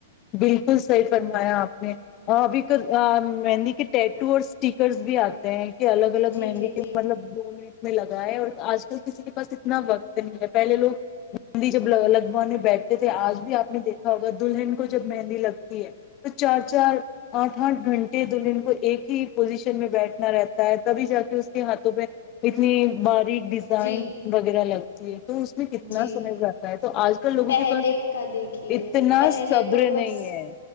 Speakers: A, on the left; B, on the left.
A: بالکل صحیح فرمایا آپ نے ابھی تو مہندی کے ٹیٹو اور اسٹیکرس بھی آتے ہیں الگ الگ
B: جی،
A: مہندی
B: جی،
A: کے
B: جی،
A: مطلب د میں میں لگا ہے اور آج کل کسی کے پاس اتنا وقت نہیں ہے پہلے لوگ گندی جب لگوانے بیٹھتے تھے آج بھی آپ نے دیکھا ہوگا دلہن جب مہندی لگتی ہے تو چار چار آٹھ آٹھ گھنٹے دلہن کو ایک ہی پوزیشن میں بیٹھنا رہتا ہے تبھی جا کے اس کے ہاتھوں پ اتنی بارش ڈیزائن
B: جی،
A: وغیرہ لگتی ہے تو اس میں کتنا
B: جی۔
A: سمے جاتا ہے تو آج کل لوگوں
B: پہلے
A: کے پاس
B: کا دیکھیے
A: اتنا
B: پہلے
A: صبر
B: تو بس
A: نہیں ہے